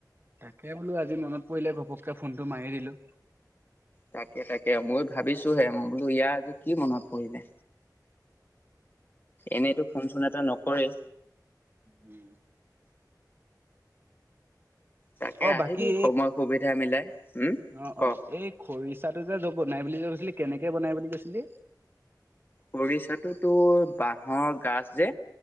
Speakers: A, on the right (about 30°); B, on the left (about 30°).
A: তাকে বোলো, আজি মনত পৰিলে ভপককে ফোনটো মাৰি দিলোঁ।
B: তাকে, তাকে, মই ভাবিছোঁহে, মই বোলো ইয়াৰ আজি কি মনত পৰিলে। এনেইটো ফোন-চোন এটা নকৰে।
A: উম।
B: তাকে
A: অ',
B: আহিবি
A: বাকী,
B: সময় সুবিধা মিলাই উম।
A: অ',
B: ক
A: অ', এই খৰিচাটো যে য বনাই বুলি কৈছিলি, কেনেকে বনাই বুলি কৈছিলি?
B: খৰিচাটো তোৰ বাঁহৰ গাজ যে